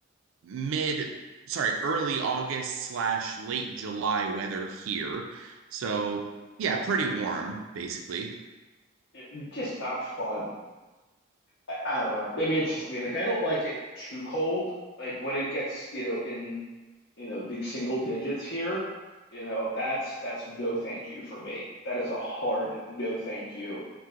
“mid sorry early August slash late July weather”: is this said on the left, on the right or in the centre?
Right